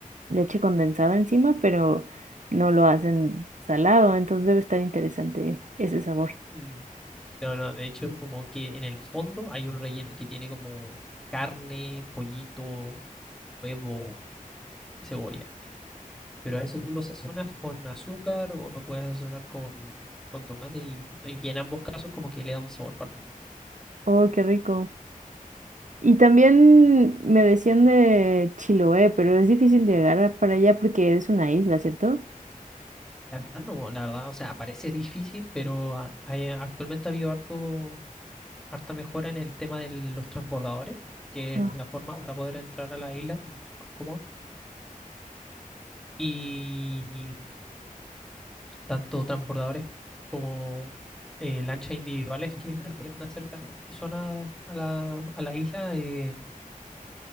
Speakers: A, on the right; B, in the centre.
A: leche condensada encima, pero no lo hacen salado. Entonces debe estar interesante ese sabor.
B: Mm, No, no, de hecho, como que en el fondo hay un relleno que tiene como carne, pollito, huevo, cebolla. Pero a eso tú lo sazonas con azúcar o lo puedes sazonar con, con tomate y, y en ambos casos como que le da un sabor particular.
A: Oh, qué rico. Y también me decían de Chiloé, pero es difícil llegar a- para allá porque es una isla, ¿cierto?
B: La verdad no, la verdad, o sea, parece difícil, pero a- hay- actualmente ha habido harto, harta mejora en el tema de los transbordadores, que
A: Ah.
B: es la forma para poder entrar a la isla más cómoda. Y tanto transbordadores como eh, lanchas individuales que tienden a acercar a las personas a la, a la isla eh,